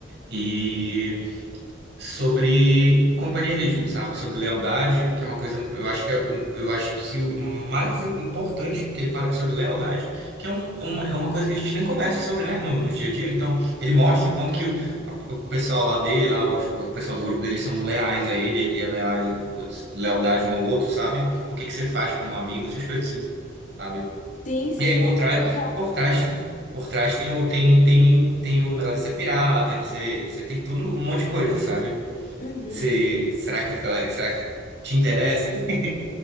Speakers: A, on the right; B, on the left.
A: e sobre companheirismo, sabe? Sobre lealdade, que é uma coisa, eu acho que é um- eu acho que o mais importante que ele fala é sobre lealdade, que é, um- é uma, é uma coisa que a gente nem conversa sobre, né, no, no dia a dia. Então, ele mostra o quanto que o, a- o pessoal lá dele, lá, os- o, pessoal do grupo dele são leais a ele, ele é leal, lealdade um ao outro, sabe? O que que você faz para um amigo, essas coisas assim, sabe?
B: Sim, sim,
A: E aí por trás,
B: legal.
A: por trás, por trás tem o tem tem tem o negócio de ser pirata, de ser, você tem tudo um monte de coisa, sabe?
B: Uhum.
A: Você, será que fica, será que te interessa? <laughs>